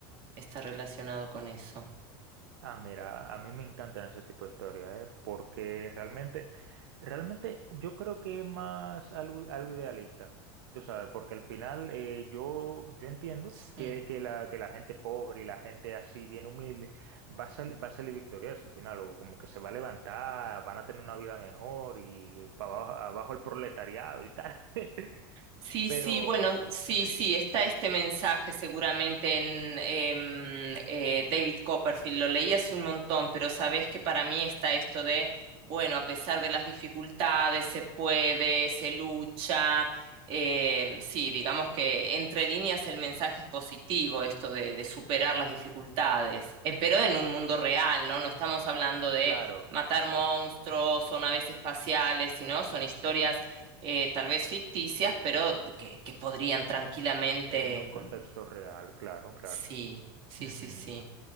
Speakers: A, on the right; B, on the right.
A: Está relacionado con eso.
B: Ah, mira, a mí me encantan ese tipo de historias, ¿eh? Porque realmente, realmente yo creo que es más algo, algo idealista, tú sabes, porque al final eh, yo, yo entiendo
A: Sí.
B: que, que la, que la gente pobre y la gente así bien humilde va a, sal- va a salir victoriosa al final, o como que se va a levantar, van a tener una vida mejor y para abajo, abajo el proletariado y tal,
A: Sí,
B: <laughs> pero,
A: sí, bueno, sí,
B: ¿Ah, ¿sí?
A: sí, está este mensaje seguramente en em, eh, David Copperfield, lo leí hace un montón, pero sabés que para mí está esto de, bueno, a pesar de las dificultades, se puede, se lucha, em, sí, digamos que entre líneas el mensaje es positivo, esto de, de superar las dificultades, eh,
B: Ujú,
A: pero en un mundo real, ¿no? No estamos hablando de
B: Claro,
A: matar monstruos o naves espaciales, sino son historias eh, tal vez ficticias, pero que, que podrían tranquilamente.
B: en un contexto
A: mm,
B: real, claro, claro.
A: Sí, sí,
B: Ujú.
A: sí, sí.